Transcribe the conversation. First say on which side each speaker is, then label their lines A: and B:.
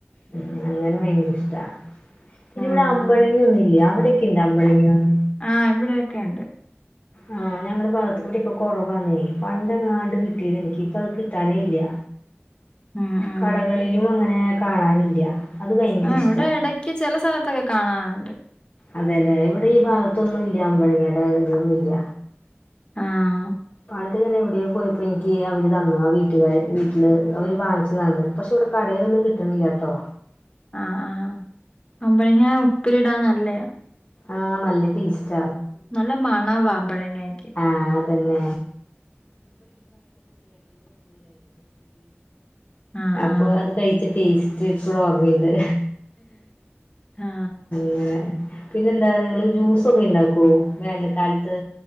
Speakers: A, on the left (about 40°); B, on the left (about 20°).
A: ഉ അങ്ങനെ ഭയങ്കര ഇഷ്ടാ ഇനി
B: ഉം
A: ഇവിടെ അമ്പളഴങ്ങ ഒന്നുല്ലെ അവിടെക്കെ <unintelligible>
B: ആ ഇവിടെക്കെ ഉണ്ട്.
A: ആ ഞങ്ങടെ ഭാഗത്ത് ഇവിടെക്കെ കുറവാന്നേ പണ്ടെങ്ങാണ്ട് കിട്ടിനി എനിക്ക് ഇപ്പ അത് കിട്ടാനേ ഇല്ല.
B: ഉം ഉം
A: കടകളിലും അങ്ങനെ കാണാനില്ല. അത് ഭയങ്കര
B: ആ
A: ഇഷ്ടാ
B: ഇവിടെ എടക്ക് ചെല സ്ഥലത്തൊക്കെ കാണറ്ണ്ട്.
A: അതെല്ലെ ഇവിടെ ഈ ഭാഗത്തൊന്നും ഇല്ല അമ്പഴങ്ങയുടെ ഇതൊന്നുംല്ല.
B: ആഹ്.
A: പണ്ട് ഞന്നെ എവിടെയോ പോയപ്പോ എനിക്ക് അവര് തന്നതാ ആ വീട്ടുകാര് വീട്ടില് അവർ വാങ്ങിച്ചു തന്ന് പക്ഷെ ഇവ്ടെ കടയിലൊന്നും കിട്ടണില്ല കേട്ടോ
B: ആഹ് ആഹ് അമ്പഴേങ്ങ ഉപ്പില ഇടാന്നല്ലേ
A: ആഹ് നല്ല ടേസ്റ്റ്
B: നല്ല മണം അമ്പഴങ്ങായിക്ക്
A: ആഹ് അതന്നെ
B: ആഹ്
A: അപ്പൊ
B: ആഹ്
A: അത് കഴിച്ച ടേസ്റ്റ് ഇപ്പോഴും ഓർമ്മയുണ്ട്
B: ആഹ്
A: <unintelligible> പിന്നെ എന്താ നിങ്ങള് ജ്യൂസൊക്കെ ഇണ്ടാക്കുവോ വേനൽക്കാലത്ത്